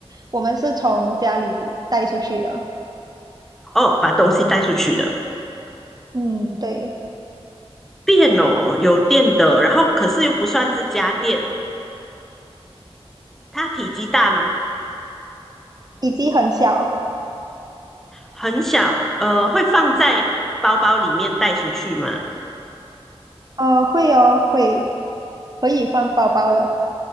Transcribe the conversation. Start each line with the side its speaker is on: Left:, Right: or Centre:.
Right: 我们是从家里带出去的，
Centre: 哦，把东西带出去了。
Right: 嗯，对。
Centre: 电哦，有电的，然后可是又不算是家电。它体积大吗？
Right: 体积很小，
Centre: 很小，呃，会放在包包里面带出去吗？
Right: 呃，会哦，会可以放包包的，